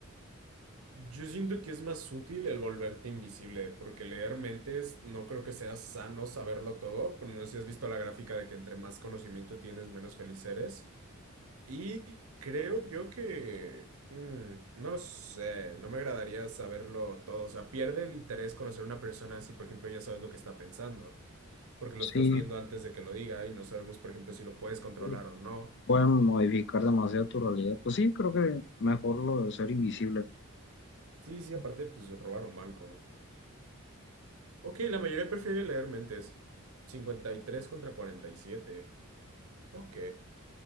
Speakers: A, on the right (about 80°); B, on the left (about 55°).
A: Yo siento que es más útil el volverte invisible, porque leer mentes no creo que sea sano saberlo todo. pero No sé si has visto la gráfica de que entre más conocimiento tienes, menos feliz eres. Y creo yo que... mm, no lo sé, no me agradaría saberlo todo. O sea, pierde el interés conocer a una persona si, por ejemplo, ya sabes lo que está pensando, porque lo
B: sí,
A: estás viendo antes de que lo diga y no sabemos, por ejemplo, si lo puedes controlar
B: sí,
A: o no.
B: pueden modificar demasiado tu realidad. Pues sí, creo que mejor lo de ser invisible.
A: Sí, sí, aparte, pues robar un banco. Ok, la mayoría prefiere leer mentes. cincuenta y tres contra 47. Ok.